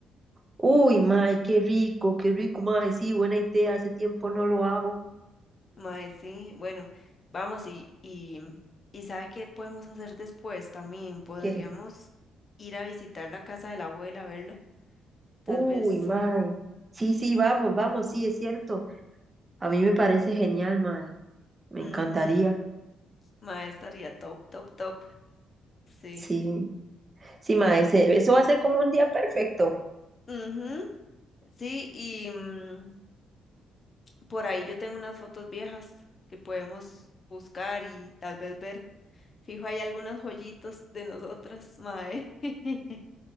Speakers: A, on the right; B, on the left.
A: Uy, mae, qué rico, qué rico, mae. Sí, buena idea, hace tiempo no lo hago.
B: Mae, sí, bueno, vamos y, y, y ¿sabe qué podemos hacer después también? Podríamos
A: ¿Qué?
B: ir a visitar la casa de la abuela, verla, tal
A: Uy,
B: vez.
A: mae. Sí, sí, vamos, vamos, sí, es cierto. A mí me parece genial, mae. Me
B: Ujú.
A: encantaría.
B: Mae, estaría top, top, top. Sí.
A: Sí, sí, mae, se- eso va a ser como un día perfecto.
B: Ujú, Sí, y... mm, Por ahí yo tengo unas fotos viejas que podemos buscar y tal vez ver. Fijo, hay algunas joyitas de nosotras, mae. <laughs>